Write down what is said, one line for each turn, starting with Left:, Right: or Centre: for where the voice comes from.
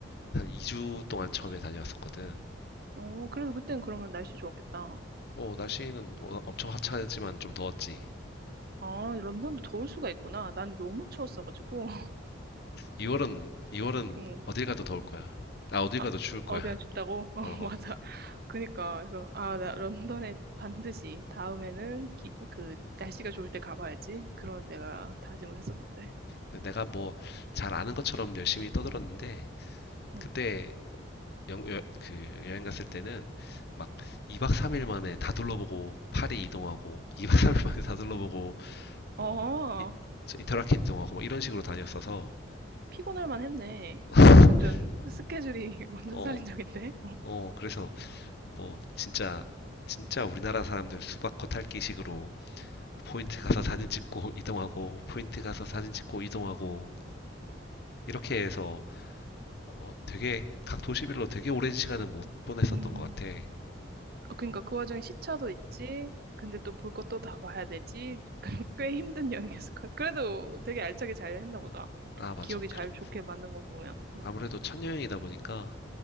Left: 한 2주 동안 처음에 다녀왔었거든.
Right: 어, 그래도 그땐 그러면 날씨 좋았겠다.
Left: 어, 날씨는 어, 엄청 화창하지만 좀 더웠지.
Right: 아, 런던도 더울 수가 있구나. 난 너무 추웠어가지고.
Left: 2월은, 2월은
Right: <laughs>
Left: 어딜 가도 더울 거야. 아, 어딜
Right: 아,
Left: 가도 추울 거야.
Right: 어디나 춥다고?
Left: <laughs>
Right: <laughs> 어,
Left: 어.
Right: 맞아. 그니까, 그래서, 아, 나 런던에 반드시 다음에는 기, 그, 날씨가 좋을 때 가봐야지. 그런 내가 다짐을 했었는데.
Left: 근데 내가 뭐 잘 아는 것처럼 열심히 떠들었는데,
Right: 응.
Left: 그때 영, 여, 그 여행 갔을 때는 막 2박 3일 만에 다 둘러보고 파리 이동하고 <laughs> 2박 3일 만에 다 둘러보고
Right: 어,
Left: 뭐 인터라켄 이동하고 막 이런 식으로 다녔어서
Right: 피곤할 만 했네.
Left: <laughs>
Right: 완전 스케줄이 <laughs> 완전
Left: 어,
Right: 살인적인데?
Left: 어, 그래서 뭐 진짜 진짜 우리나라 사람들 수박겉 핥기식으로 포인트 가서 사진 찍고 <laughs> 이동하고 포인트 가서 사진 찍고 이동하고 이렇게 해서 어, 되게 각 도시별로 되게 오랜 시간은 못 보냈었던
Right: 음,
Left: 것 같아.
Right: 어, 그러니까 그 와중에 시차도 있지. 근데 또 볼 것도 다 봐야 되지. <laughs> 꽤 힘든 여행이었을 거 그래도 되게 알차게 잘 했나 보다.
Left: 아, 맞아.
Right: 기억이 잘
Left: 그래.
Right: 좋게 만든 거 보면. 음,
Left: 아무래도 첫 여행이다 보니까